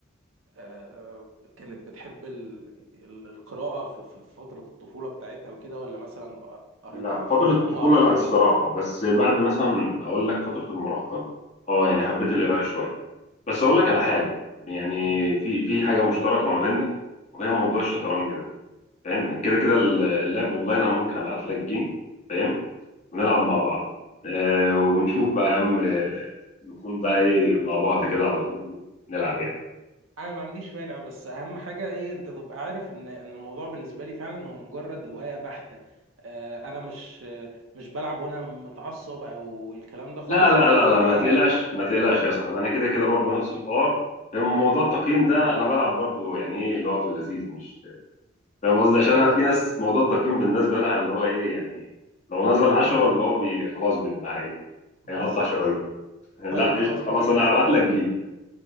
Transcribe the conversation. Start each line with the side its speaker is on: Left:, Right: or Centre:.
Right: آه، كانت بتحب ال- ال- القراءة في في فترة الطفولة بتاعتها وكده ولا مثلا قريت
Left: لا
Right: على كبر
Left: فترة الطفولة
Right: أو ما قريتش
Left: لا الصراحة
Right: خالص أصلا
Left: بس بعد مثلا أقول لك فترة المراهقة أه يعني حبيت القراءة شوية بس أقول لك على حاجة يعني
Right: مم.
Left: في في حاجة مشتركة ما بيننا وهي موضوع الشطرنج ده فاهم كده كده
Right: مم.
Left: اللعب أونلاين أنا ممكن أبعت لك جيم فاهم ونلعب مع بعض أه ونشوف بقى يا عم آه، نكون بقى إيه مع بعض كده على طول ونلعب يعني
Right: أنا ما عنديش مانع بس أهم حاجة إيه أنت تبقى عارف إن إن الموضوع بالنسبة لي فعلا هو مجرد هواية بحتة آه، أنا مش آه، مش بلعب وأنا متعصب أو الكلام ده خالص
Left: لا لا لا لا ما
Right: أنا
Left: تقلقش ما تقلقش يا صاحبي أنا كده كده برضه نفس الحوار فاهم موضوع التقييم ده أنا بلعب برضه يعني إيه اللي هو في اللذيذ مش فاهم قصدي عشان
Right: خلاص
Left: انا في ناس موضوع التقييم بالنسبه لها اللي هو ايه يعني لو نزل 10 اللي هو بي خلاص بيبقى هي-
Right: بالظبط
Left: هيقطع شرايين <laughs> لا
Right: طيب خلاص
Left: قشطه خلاص
Right: مفيش
Left: انا
Right: مشكلة
Left: هبعت لك جيب